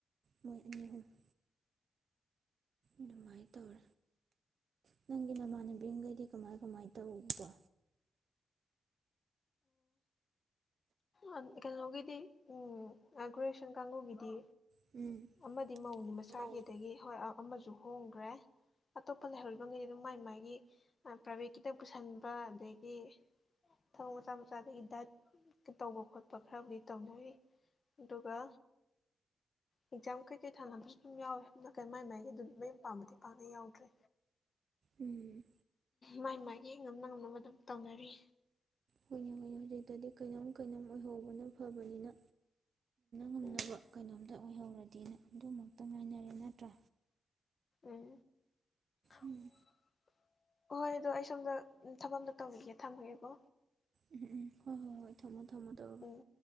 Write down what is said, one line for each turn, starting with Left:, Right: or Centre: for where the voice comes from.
Right: ꯃꯣꯏ ꯑꯍꯨꯝ <unintelligible> ꯑꯗꯨꯃꯥꯏꯅ ꯇꯧꯔꯦ ꯅꯪꯒꯤ ꯅꯃꯥꯟꯅꯕꯤꯈꯩꯗꯤ ꯀꯃꯥꯏ ꯀꯃꯥꯏ ꯇꯧꯕ
Left: ꯑ ꯀꯩꯅꯣ ꯒꯤꯗꯤ ꯎꯝ ꯒ꯭ꯔꯦꯖꯨꯑꯦꯁꯟ ꯀꯥꯡꯕꯨꯒꯤꯗꯤ
Right: ꯎꯝ
Left: ꯑꯃꯗꯤ ꯃꯧꯅꯤ ꯃꯁꯥꯒꯤ
Right: ꯎꯝ
Left: ꯑꯗꯒꯤ ꯍꯣꯏ ꯑꯃꯁꯨ ꯍꯣꯡꯒ꯭ꯔꯦ ꯑꯇꯣꯞꯄ ꯂꯩꯍꯧꯔꯤꯕꯈꯩꯗꯤ ꯑꯗꯨꯝ ꯃꯥꯏ ꯃꯥꯏ ꯑꯗꯒꯤ ꯄ꯭ꯔꯥꯏꯚꯦꯠ ꯀꯤꯗ ꯄꯨꯁꯤꯟꯕ ꯑꯗꯒꯤ ꯊꯕꯛ ꯃꯆꯥ ꯃꯆꯥꯗꯒꯤ ꯗꯥꯏꯠ ꯇꯧꯕ ꯈꯣꯠꯄ ꯈꯔꯕꯨꯗꯤ ꯇꯧꯅꯔꯤ ꯑꯗꯨꯒ ꯑꯦꯛꯖꯥꯝ ꯀꯩꯀꯩ ꯊꯥꯅꯕꯁꯨ ꯑꯗꯨꯝ ꯌꯥꯎꯋꯤ ꯅꯥꯠꯇ꯭ꯔꯥꯒ ꯃꯥꯏ ꯃꯥꯏꯒꯤ ꯑꯗꯨꯝ ꯃꯌꯨꯝ ꯄꯥꯟꯕꯗꯤ ꯄꯥꯛꯅ ꯌꯥꯎꯗ꯭ꯔꯦ
Right: ꯎꯝ
Left: ꯃꯥꯏ ꯃꯥꯥꯏꯒꯤ ꯉꯝꯅ ꯉꯝꯅꯕ ꯑꯗꯨꯝ ꯇꯧꯅꯔꯤ
Right: ꯍꯣꯏ ꯍꯣꯏ ꯍꯧꯖꯤꯛꯇꯗꯤ ꯀꯩꯅꯣ ꯀꯩꯅꯣꯝ ꯑꯣꯏꯍꯧꯕꯅ ꯐꯕꯅꯤꯅ ꯉꯝꯅꯕ
Left: ꯎꯝ
Right: ꯀꯩꯅꯣꯝꯇ ꯑꯣꯏꯍꯧꯔꯗꯤꯅ ꯑꯗꯨꯃꯛꯇꯪ ꯉꯥꯏꯅꯔꯦ ꯅꯠꯇ꯭ꯔꯥ
Left: ꯎꯝ <inaudible>
Right: ꯎꯝ
Left: ꯍꯣꯏ ꯑꯗꯣ ꯑꯩ ꯁꯣꯝꯗ ꯊꯕꯛ ꯑꯝꯗ ꯇꯧꯒꯤꯒꯦ ꯊꯝꯃꯒꯦꯀꯣ
Right: ꯎꯝ ꯎꯝ ꯍꯣꯏ ꯍꯣꯏ ꯍꯣꯏ ꯊꯝꯃꯣ ꯊꯝꯃꯣ ꯇꯧꯔꯣ
Left: ꯎꯝ